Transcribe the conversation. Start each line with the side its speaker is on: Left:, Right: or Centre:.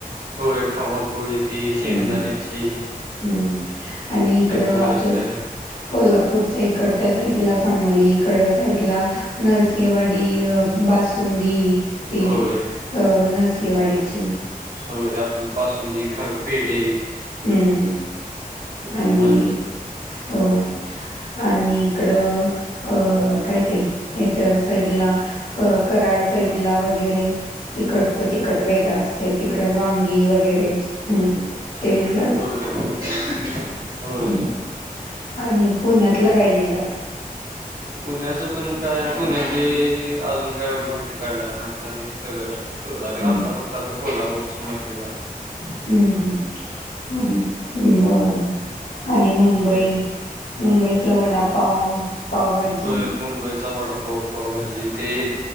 Right: होय खवापोळी ती शेंगदाण्याची.
Left: हं, हं. आणि इकडं
Right: ती पोळी
Left: आपल्य
Right: असते.
Left: कोल्हापूरच्या इकडच्या साईडला सांगलीकड साईडला नरसिंहवाडी ती अ बासुंदी ती
Right: होय
Left: अ नरसिंहवाडीची
Right: होय आपली बासुंदी, खव -पेढे
Left: हम्म
Right: ते
Left: आणि
Right: पण भारी असतात.
Left: होय आणि इकडं अ काय ते, याच्या साईडला कराड साइ कराडला वगैरे तिकडंच तिखट वेगळं असतय ते इकड वांगी वगैरे हम्म.. ते
Right: <inaudible>
Left: लिहिलास
Right: हो होय... होय
Left: हं. आणि पुण्यातलं काय लिहिलास?
Right: पुण्याचं पण <inaudible> काय पुण्याची अजून काय एवढी माहिती काढल्याली नाही आता ते सगळं होय आणि
Left: हम्म
Right: आता फक्त आपल्या कोल्हापूरची माहिती झालं
Left: हुं हुं.. हम्म.. बर बर आणि मुंबई
Right: होय
Left: मुंबईतला वडापाव, पावभाजी
Right: होय मुंबईचा वडापाव, पावभाजी ते